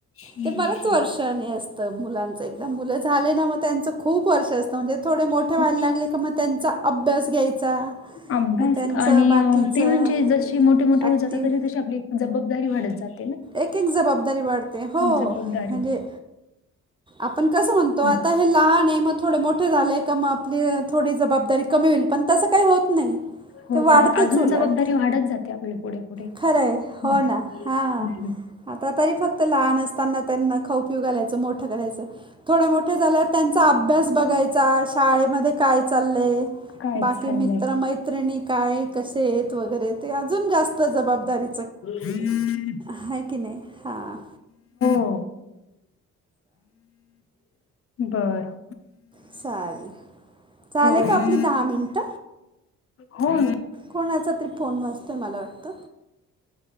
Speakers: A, on the left; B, on the right.
A: हं.
B: ते बरेच
A: हं.
B: वर्षाने अस तर मुलांच एकदम मुल झाले ना मग त्यांच खूप वर्ष असत म्हणजे थोडे मोठे
A: खूप
B: व्हायला लागले की मग त्यांचा अभ्यास घ्यायचा
A: अभ्यास
B: मग त्यांचं
A: आणि
B: बाकीचं
A: अं ते म्हणजे जसे मोठे मोठे
B: ॲक्टिव
A: होत जातात तशी तशी आपली जबाबदारी वाढत जात.
B: एक एक जबाबदारी वाढते हो
A: जबाबदारी
B: म्हणजे आपण कस म्हणतो
A: हं.
B: आता होय लहान आहे मग थोडे मोठे झाले का मग आपली थोडी जबाबदारी कमी होईल पण तस काही होत नाही
A: होत
B: ते वाढतेच
A: नाही अजून
B: उलट
A: जबाबदारी वाढत जाते आपली पुढे पुढे
B: खरय हो
A: हं.
B: ना हा.
A: हं. हं.
B: आता तरी फक्त लहान असताना त्यांना खाऊ पिऊ घालायच मोठ करायच थोडे मोठे झाल्यावर त्यांचा अभ्यास बघायचा शाळेमध्ये काय चाललय
A: काय
B: बाकी
A: चाललंय?
B: मित्र मैत्रिणी काय कसे आहेत वगैरे ते अजून जास्त जबाबदारी
A: <unintelligible>
B: हात की नाही हा!
A: हो बर!
B: चाल झाले
A: हो
B: का
A: हो
B: आपली दहा मिनिट?
A: हो.
B: कोणाचा तरी फोन वाजतोय मला वाटत.